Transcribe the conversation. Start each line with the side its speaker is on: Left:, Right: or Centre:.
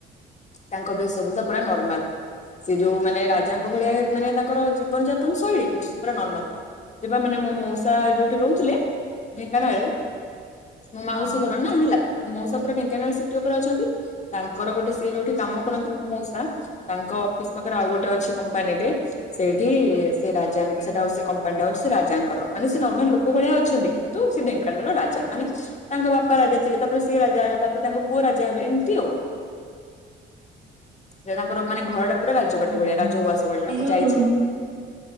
Left: ତାଙ୍କ ବି ସବୁ ତ ପୁରା ନର୍ମାଲ। ସେ ଯୋଉ ମାନେ ରାଜାଙ୍କ ଭଳିଆ ମାନେ ତାଙ୍କର ଜୀବନ ଯାପନ ଶୈଳୀ କିନ୍ତୁ ସେ ପୁରା ନର୍ମାଲ। ଯିବା ମାନେ ମୋ ମଉସା ଯୋଉଠି ରହୁଥିଲେ ଢେଙ୍କାନାଳରେ ମୋ ମାଉସୀ
Right: ହଁ
Left: ଘର ନା ହେଲା ମଉସା ପୁରା ଢେଙ୍କାନାଳ ସିଟି ଉପରେ ଅଛନ୍ତି ତାଙ୍କର ଗୋଟେ ସେ ଯୋଉଠି କାମ କରନ୍ତି ମୁଁ ମଉସା ତାଙ୍କ ଅଫିସ ପାଖରେ ଆଉ ଗୋଟେ ଅଛି କମ୍ପାନିଟେ ସେଇଠି ସେ ରାଜାଙ୍କ ସେଟାଉ କମ୍ପାନୀଟା ହଉ ରାଜା ଙ୍କର ମାନେ ସେ ନର୍ମାଲ ଲୋକ ଭଳିଆ ଅଛନ୍ତି କିନ୍ତୁ ସେ ଢେଙ୍କାନାଳ ରାଜା ମାନେ ତାଙ୍କ ବାପା ରାଜା ଥିଲେ ତାପରେ ସିଏ ରାଜା ହେବେ ତାପରେ ତାଙ୍କ ପୁଅ ରାଜା ହେବେ ଏମିତି ଆଉ। ସେ ତାଙ୍କର ମାନେ ଘରଟା ପୁରା ରାଜ
Right: ହୁଁ
Left: ବାଟି ଭଳିଆ
Right: ହୁଁ
Left: ରାଜହ ଉଆସ ଭଳିଆ
Right: ଏ
Left: ମୁଁ
Right: ଯୋଉ
Left: ଯାଇଛି